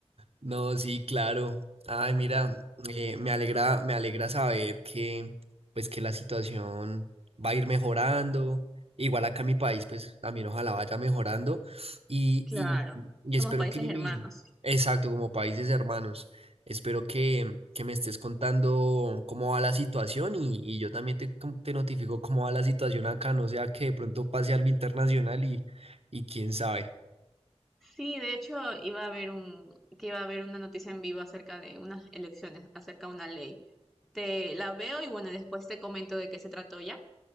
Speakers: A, on the right (about 60°); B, in the centre.
A: No, sí, claro. Ay, mira, eh, me alegra, me alegra saber que, pues, que la situación va a ir mejorando. Igual acá en mi país, pues, también ojalá vaya mejorando. Y,
B: Claro,
A: y, y
B: somos
A: espero
B: países
A: que
B: hermanos.
A: me, exacto, como países hermanos, espero que, que me estés contando cómo va la situación y, y yo también te, com- te notifico cómo va la situación acá, no sea que de pronto pase algo internacional y, y quién sabe.
B: Sí, de hecho iba a haber un, que iba a haber una noticia en vivo acerca de unas elecciones, acerca de una ley. Te la veo y bueno, después te comento de qué se trató ya.